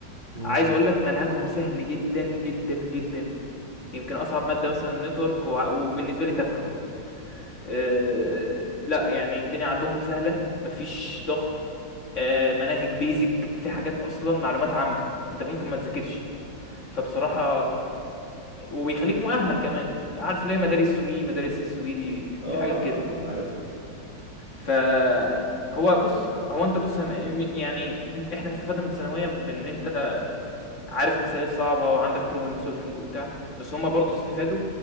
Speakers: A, on the right (about 35°); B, on the left (about 45°).
A: امم
B: عايز أقول لك منهجهم سهل جدًا، جدًا، جدًا، يمكن أصعب مادة مثلًا الnetwork وع وبالنسبة لي تافهة برضه. آه، لا يعني الدنيا عندهم سهلة مفيش ضغط آه، مناهج بيزك في حاجات أصلا معلومات عامة أنت ممكن ما تذاكرش فبصراحة وبيخليك مؤهل كمان عارف ليه مدارس سوي مدارس السويدي
A: اه
B: في حاجات كده
A: اه اه آه، عارفهم
B: فهو بص هو انت بص هم- يعني انت احنا استفدنا من الثانويه بان انت عارف مسائل صعبة وعندك problem solving وبتاع بس هما برضو استفادوا